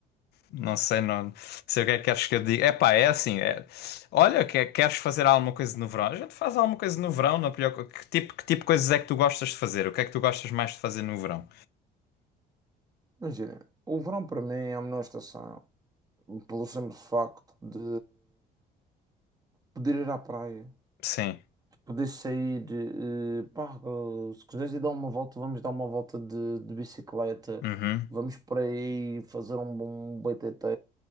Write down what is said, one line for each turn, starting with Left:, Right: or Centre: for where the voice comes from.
Left: não sei, não sei o que é que queres que eu diga. Epá, é assim, é, olha, que, queres fazer alguma coisa no verão? A gente faz alguma coisa no verão, não é pior, co- que tipo, que tipo de coisas é que tu gostas de fazer? O que é que tu gostas mais de fazer no verão?
Right: Imagina, o verão para mim é a menor estação. pelo simples facto de poder ir à praia,
Left: Sim.
Right: de poder sair, eh, pá, eh, se quiseres ir dar uma volta, vamos dar uma volta de, de bicicleta,
Left: Uhum,
Right: vamos por aí fazer um bom BTT,